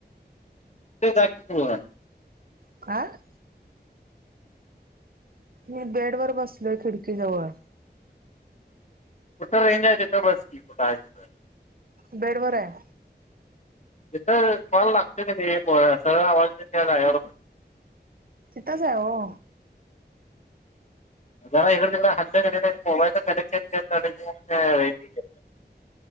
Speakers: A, on the left; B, on the right.
A: तू जा की, मग वर.
B: काय. मी बेड वर बसलोय खिडकीजवळ.
A: कुठं रेंज हाय तिथ बस की, कुठयं हाय तिथ.
B: बेड बर हाय.
A: तिथ कॉल लागतोय कनी, सरळ आवाज येतोय त्या जागेवर बस.
B: तीथच आहे हो.
A: जरा हिकडं तिकडे हालल कनी, मोबाईलच कनेक्शन चेंज झालं की रेंज येत्या मग.